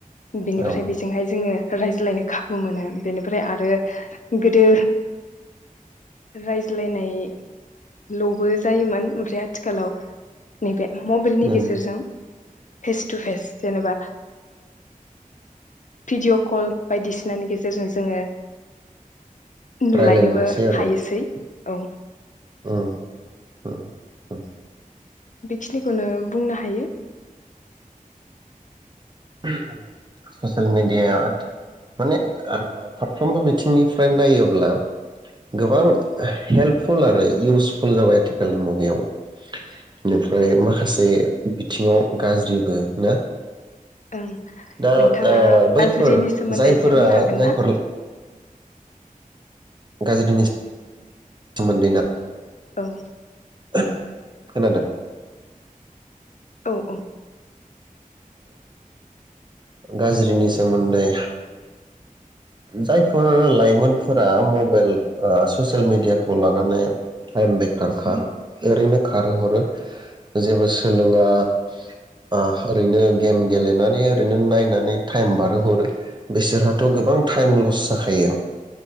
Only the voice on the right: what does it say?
औ
ओं
रायलायनो हासै
ओं ओ‌ ओ।
<unintelligible> ससियेल मेडिया माने ओ फारफ्रोमबो बिथिंनिफ्राय नायोब्ला गोबां हेल्पफुल आरो इउसफुल जाबाय आथिखालनि मुगायाव बेनिफ्राय
माखासे। बिथिङाव गाज्रिबो ना
दा
ओ बैफोर
जायफोरा
जायफोर
गाज्रिनि सोमोनदैना
<unintelligible> खोनादों।
गाज्रिनि सोमोन्दै जायफोर लाइमोनफोरा मबाइल ओ ससियेल मिडियाखौ लानानै टाइम बेखार ओरैनो खारहोहरो जेबो सोलोङा ओ ओरैनो गेम गेलेनानै ओरैनो नायनानै टाइम बारहोहरो बिसोरहाथ' गोबां टाइम लस जाखायो।